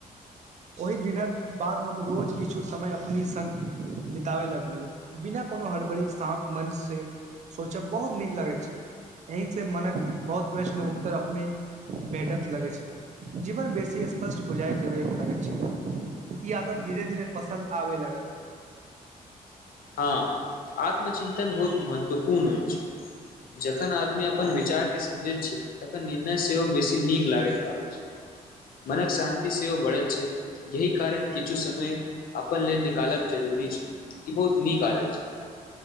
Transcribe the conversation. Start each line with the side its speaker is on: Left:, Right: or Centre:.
Right: ओय दिनक बाद हम रोज किछ तु समय अपनी संग बिताबे लगलु बिना कोनो हड़बड़ीक शान्त मन से सोचब बहुत नीक लागैय छैय एही से मनक बहुत प्रशन उत्तर अपने भेटत लगेैत छै जीवन बेसी स्पष्ट बुझाइ जे लगै छै इ आदत धीरे -धीरे पसंन्द आबे लगल
Left: हऽ आत्मचिंन्तन बहुत महत्वपूर्ण होय छैय जखन आदमी अपन विचार के समझे छैय तखन निर्णय सेहो बेसी नीक लागैत छल मनक शांन्ति सेहो बढ़ैय छैय जाहि कारण किछु समय अपन लेल निकालक जरूरी छैय इ बहुत नीक आदत छैय